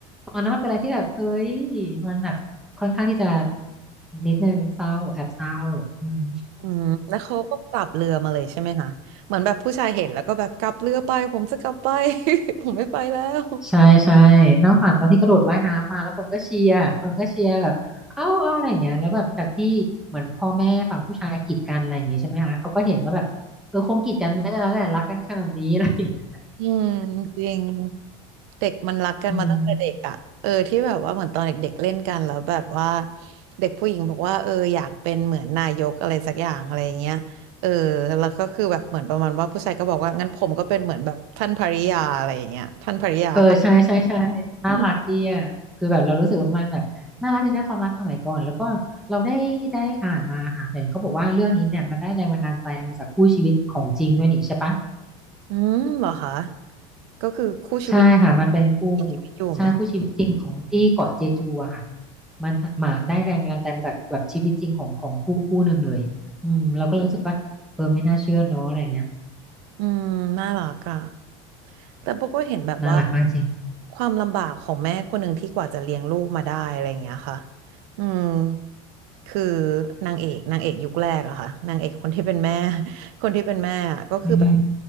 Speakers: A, in the centre; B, on the right.
A: ตอนนั้นมันเป็นอะไรที่แบบเฮ้ยมันแบบค่อนข้างที่จะนิดนึงเศร้าแอบเศร้าอืม
B: อืมแล้วเขาก็กลับเรือมาเลยใช่ไหมคะเหมือนแบบผู้ชายเห็นแล้วก็แบบกลับเรือไปผมจะกลับไป <laughs> ผมไม่ไปแล้ว
A: ใช่ใช่น้องฝันตอนที่กระโดดว่ายน้ำมาแล้วคนก็เชียร์คนก็เชียร์แบบเอ้าเอ้าอะไรอย่างเงี้ยแล้วแบบจากที่เหมือนพ่อแม่ฝั่งผู้ชายกีดกันอะไรอย่างงี้ใช่ไหมคะเขาก็เห็นว่าแบบเออคงกีดกันไม่ได้แล้วแหละรักกันขนาดนี้อะไรอย่างเงี้ย
B: อืมจริงเด็กมันรักกันมาตั้งแต่เด็กอ่ะเออที่แบบว่าเหมือนตอนเด็กๆเล่นกันแล้วแบบว่า
A: อืม
B: เด็กผู้หญิงบอกว่าเอออยากเป็นเหมือนนายกอะไรสักอย่างอะไรอย่างเงี้ยเออแล้วก็คือแบบเหมือนประมาณว่าผู้ชายก็บอกว่างั้นผมก็เป็นเหมือนแบบท่านภริยาอะไรอย่างเงี้ยท่านภริยาค่ะ
A: เออใช่ใช่ใช่น่ารักดีอ่ะคือแบบเรารู้สึกว่ามันแบบน่ารักดีในความรักสมัยก่อนแล้วก็เราได้ได้อ่านมาค่ะเห็นเขาบอกว่าเรื่องนี้เนี่ยมันได้แรงบันดาลใจมาจากคู่ชีวิตของจริงด้วยนี่ใช่ปะ
B: อืมอืมเหรอคะก็คือคู่ชีวิต
A: ใช่ค่ะมันเป็นคู่
B: มีชีวิตอยู่ไหมคะ
A: ใช่คู่ชีวิตจริงของที่เกาะเจจูอะค่ะมันมาได้แรงบันดาลใจมาจากแบบชีวิตจริงของของคู่คู่หนึ่งเลยอืมเราก็รู้สึกว่าเออไม่น่าเชื่อเนาะอะไรเงี้ย
B: อืมน่ารักอ่ะแต่โบก็เห็นแบบว่า
A: น่ารักมากจริง
B: ความลำบากของแม่คนหนึ่งที่กว่าจะเลี้ยงลูกมาได้อะไรอย่างเงี้ยค่ะอืมคือนางเอกนางเอกยุคแรกอะค่ะนางเอกคนที่เป็นแม่ <laughs> คนที่เป็นแม่อะก็คือแบบ
A: อืม